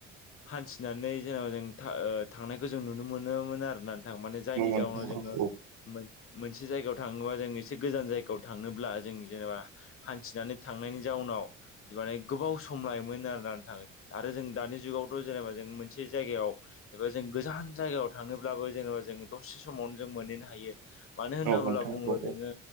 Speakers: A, on the left; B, on the right.
A: हानथिनानै जेनेबा जों ओ थांनायखौ जों नुनो मोनोमोन आरोना। थांनाय माने जायनि
B: नोंथां
A: जाउनाव
B: औ
A: जोङो
B: औ
A: मोनसे जायगायाव थाङोबा जों एसे गोजान जायगायाव थांनोब्ला जों जेनेबा हान्थिनानै थांनायनि जाव उनाव माने गोबाव सम लायोमोन आरोना। नोंथां आरो जों दानि जुगावथ जेनेबा जों मोनसे जायगायाव एबा जों गोजान जायगायाव थांनोब्लाबो जेनेबा जों दसे समावनो जों मोनहैनो हायो मानो होनोब्ला
B: औ नोंथां
A: बुङोब्ला
B: औ
A: जोङो